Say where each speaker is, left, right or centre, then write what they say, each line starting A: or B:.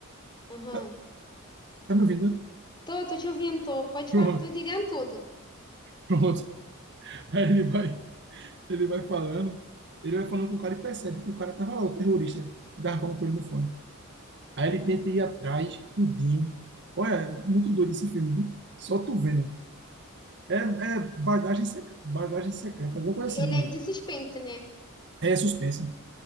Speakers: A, on the left; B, on the right.
A: Aham.
B: Tá, tá me ouvindo, né?
A: Tô, tô te ouvindo, tô. Pode
B: Pronto,
A: falar que eu tô entendendo tudo.
B: pronto. Aí ele vai, ele vai falando, ele vai falando com o cara e percebe que o cara tava lá, o terrorista, que tava falando com ele no fone. Aí ele tenta ir atrás, tudinho. Olha, é muito doido esse filme, viu? Só tu vendo. É, é bagagem, sec- bagagem secreta, alguma coisa
A: Ele
B: assim,
A: é
B: mano.
A: de suspense, né?
B: É suspense.